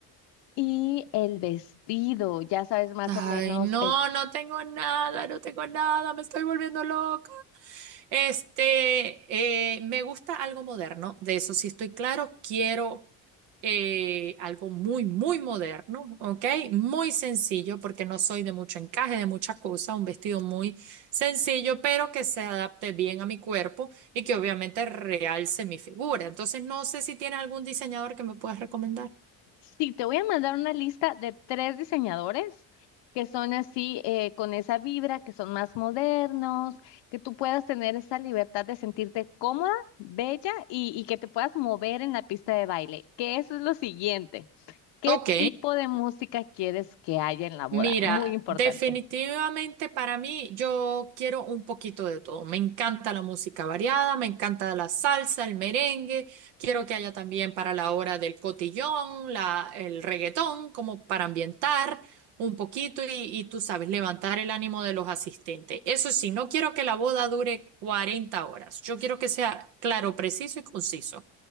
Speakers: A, on the left; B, on the right.
A: y el vestido, ya sabes más
B: Ay,
A: o menos
B: no, no tengo nada, no tengo nada, me estoy volviendo loca. Este, eh, me gusta algo moderno, de eso sí estoy claro. Quiero eh, algo muy, muy moderno, ¿ok? Muy sencillo, porque no soy de mucho encaje, de mucha cosa, un vestido muy sencillo, pero que se adapte bien a mi cuerpo y que obviamente realce mi figura. Entonces, no sé si tiene algún diseñador que me puedas recomendar.
A: Sí, te voy a mandar una lista de tres diseñadores que son así, eh, con esa vibra, que son más modernos, que tú puedas tener esa libertad de sentirte cómoda, bella y, y que te puedas mover en la pista de baile. Que eso es lo siguiente. ¿Qué
B: Ok.
A: tipo de música quieres que haya en la boda?
B: Mira,
A: Muy importante.
B: definitivamente para mí yo quiero un poquito de todo. Me encanta la música variada, me encanta la salsa, el merengue. Quiero que haya también para la hora del cotillón, la, el reggaetón, como para ambientar un poquito y, y tú sabes, levantar el ánimo de los asistentes. Eso sí, no quiero que la boda dure 40 horas. Yo quiero que sea claro, preciso y conciso.